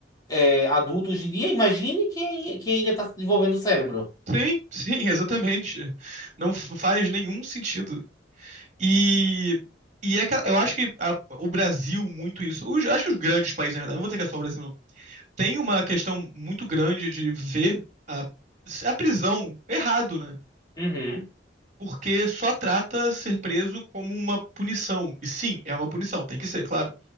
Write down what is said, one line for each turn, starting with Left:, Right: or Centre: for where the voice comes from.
Left: é adulto hoje em dia. Imagine quem, quem ainda está desenvolvendo o cérebro.
Right: Sim, sim, <laughs> exatamente. Não f- faz nenhum sentido. E, e é que eu acho que a- o Brasil, muito isso. Os, acho que os grandes países, na verdade, não vou dizer que é só o Brasil, não. Tem uma questão muito grande de ver a, a prisão errado, né?
Left: Uhum,
Right: Porque só trata ser preso como uma punição. E sim, é uma punição, tem que ser, claro.